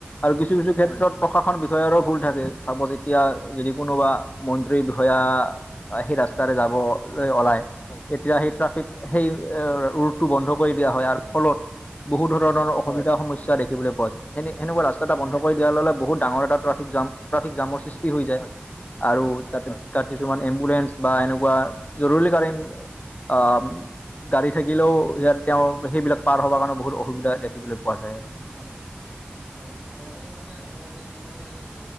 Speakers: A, on the left (about 40°); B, on the right (about 20°).
A: আৰু
B: হয়
A: কিছু কিছু ক্ষেত্ৰত প্ৰশাসন বিষয়াৰো ভুল থাকে চাব যেতিয়া যদি কোনোবা মন্ত্ৰীৰ বিষয়া সেই ৰাস্তাৰে যাব ল
B: হয়
A: ওলাই
B: হয়
A: তেতিয়া
B: হয়
A: সেই ট্ৰফিক সেই ৰুটটো বন্ধ কৰি দিয়া হয় আৰু ফলত বহুত
B: হয়
A: ধৰণ অসুবিধা সমস্যা দেখিবলৈ পোৱা যায় এনে
B: হয়
A: এনেকুৱা ৰাস্তা এটা বন্ধ কৰি দিয়া লগে লগে বহুত ডাঙৰ এটা জাম ট্ৰেফিক জামৰ সৃষ্টি
B: হয়
A: হৈ যায়
B: হয়
A: আৰু
B: হয়
A: তাতে তাত কিছুমান এম্বুলেন্ঞ্চ বা এনেকুৱা জৰুৰীকালীন অ', গাড়ী থাকিলেও ইয়াৰ তেওঁ সেইবিলাক পাৰ হ'বৰ কাৰণে বহুত অসুবিধা দেখিবলৈ পোৱা যায় আৰু!
B: হয়, হয়। মই মানে মোৰ ব্যক্তিগত এক্স ম